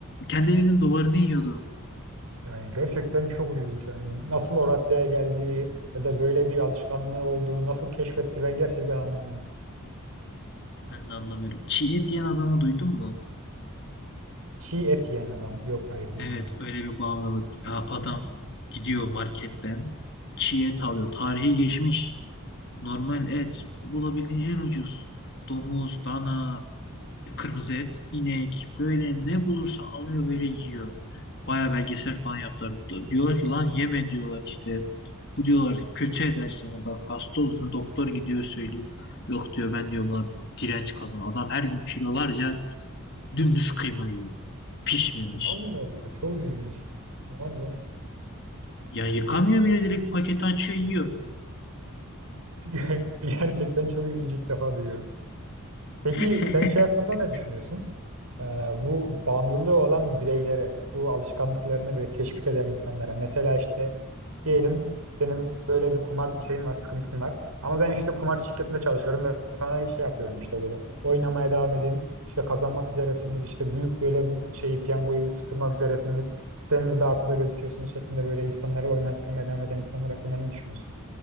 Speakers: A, on the left (about 50°); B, on the right (about 85°).
A: Kendi evinin duvarını yiyordu.
B: Yani gerçekten çok ilginç. Yani nasıl o raddeye geldiği ya da böyle bir alışkanlığı olduğunu nasıl keşfetti ben gerçekten anlamıyorum.
A: Ben de anlamıyorum. Çiğ et yiyen adamı duydun mu?
B: Çiğ et yiyen adam. Yok hayır duymadım.
A: Evet öyle bir bağımlılık. Ya adam gidiyor marketten çiğ et alıyor. Tarihi geçmiş. Normal et. Bulabildiğin en ucuz. Domuz, dana, kırmızı et, inek. Böyle ne bulursa alıyor böyle yiyor. Baya belgesel falan yaptılar. D- Diyorlar ki lan yeme diyorlar işte. Bu diyorlar kötü eder seni. Bak hasta olsun doktor gidiyor söylüyor. Yok diyor ben diyor buna direnç kazan. Adam her gün kilolarca dümdüz kıyma yiyor. Pişmemiş.
B: Allah Allah çok ilginç. Vallahi
A: Ya yıkamıyor
B: ilk defa
A: bile direkt paketi açıyor yiyor.
B: <laughs> gerçekten çok ilginç ilk defa duyuyorum. Peki
A: <laughs>
B: sen şey hakkında ne düşünüyorsun? Ee, bu bağımlılığı olan bireylere, bu alışkanlıklarını ve teşvik eden insanlara. Mesela işte diyelim senin böyle bir kumar şeyin var, sıkıntın var. Ama ben işte kumar şirketinde çalışıyorum ve sana şey yapıyorum işte böyle oynamaya devam edin. İşte kazanmak üzeresiniz, işte büyük böyle şeyi piyangoyu tutturmak üzeresiniz. Sitemizde artıda gözüküyorsunuz şeklinde böyle insanları oynattırmaya devam eden insanlar hakkında ne düşünüyorsun?